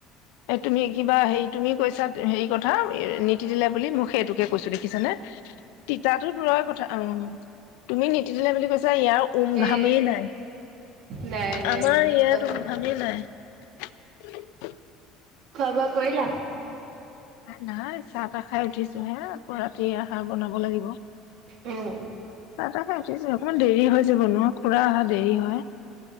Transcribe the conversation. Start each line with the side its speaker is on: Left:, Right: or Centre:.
Left: তুমি কিবা হেৰি তুমি কৈছা হেৰি কথা নিতিতিলে বুলি মোক সেইটোকে কৈছো দেখিছানে, তিতাতো দূৰৰ কথা অ', তুমি নিতিতিলে কৈছ যে ইয়াৰ উমঘামেই
Right: এ
Left: নাই।
Right: নাই নাই
Left: আমাৰ ইয়াত উমঘামেই নাই।
Right: খোৱা বোৱা কৰিলা?
Left: নাই। চাহ তাহ খাই উঠিছ। ছো হে। আকৌ ৰাতি আহাৰ বনাব লাগিব।
Right: উম।
Left: চাহ তাহ খাই উঠিছো হে। অকমান দেৰি হৈ যাব ন, খুৰা অহা দেৰি হয়।